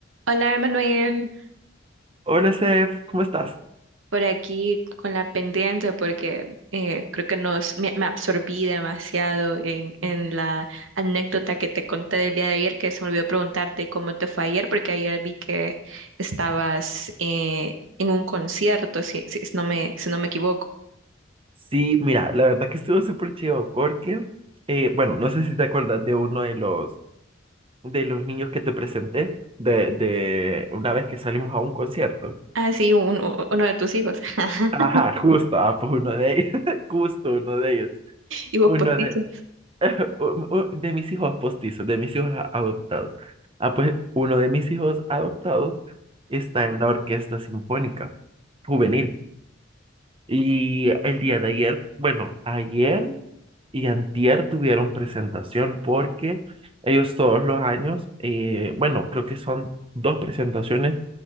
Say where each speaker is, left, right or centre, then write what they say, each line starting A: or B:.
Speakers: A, on the right; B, on the right.
A: Hola, Manuel,
B: Hola, Sef, ¿cómo estás?
A: por aquí con la pendiente porque eh, creo que nos, me, me absorbí demasiado en, en la anécdota que te conté del día de ayer, que se me olvidó preguntarte cómo te fue ayer, porque ayer vi que estabas eh, en un concierto, si, si si no me, si no me equivoco.
B: Sí, mira, la verdad que estuvo súper chido porque, eh, bueno, no sé si te acuerdas de uno de los, de los niños que te presenté de, de una vez que salimos a un concierto.
A: Ah, sí, un- u- uno de tus hijos. <laughs>
B: Ajá, justo, ah, pues uno de ellos, <laughs> justo uno de ellos,
A: Y vos
B: uno
A: postizo.
B: de, <laughs> un- un- de mis hijos postizos, de mis hijos a- adoptados. Ah, pues uno de mis hijos adoptados está en la Orquesta Sinfónica Juvenil. Y el día de ayer, bueno, ayer... y antier tuvieron presentación porque ellos todos los años, eh, bueno, creo que son dos presentaciones